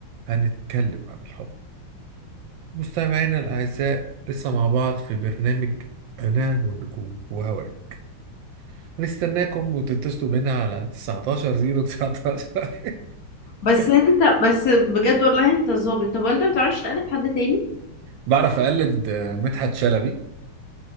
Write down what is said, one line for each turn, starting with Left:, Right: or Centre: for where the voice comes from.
Right: هنتكلم عن الحب مستمعينا الاعزاء لسه مع بعض في برنامج انا والنجوم وهواك نستناكم وتتصلوا بينا على 19 019
Left: بس انت
Right: <laughs>
Left: بس بجد والله انت ظابط طب وانت ما بتعرفش تقلد حد تاني
Right: بعرف اقلد آه، مدحت شلبي